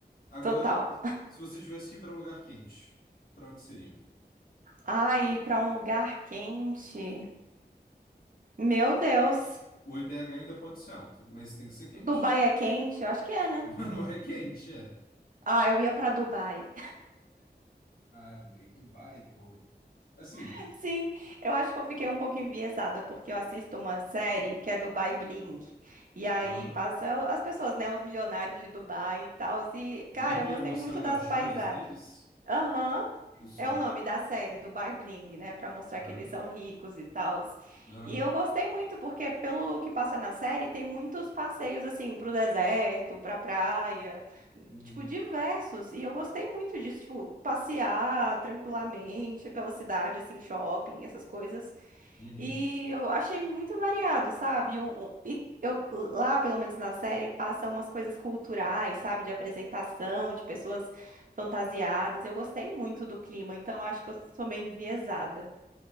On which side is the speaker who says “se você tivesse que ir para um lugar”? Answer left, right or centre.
Left